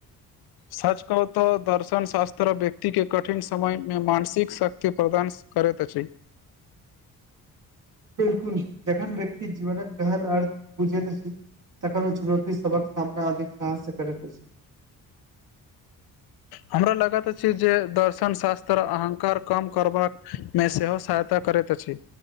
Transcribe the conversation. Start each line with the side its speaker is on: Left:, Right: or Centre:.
Left: सच कहू त दर्शन शास्त्र व्यक्ति के कठिन समय मे मानसिक शक्ति प्रदान करैत अछि
Right: बिलकुल जखन व्यक्तिक जीवनक गहन अर्थ बुझैत अछि तखन ओ चुनौती सबहक सामना अधिक साहस से करैत अछि।
Left: हमरा लागैत अछि जे दर्शन शास्त्र अहंकार कम करबाक मे सेहो साथ तऽ करैत अछि।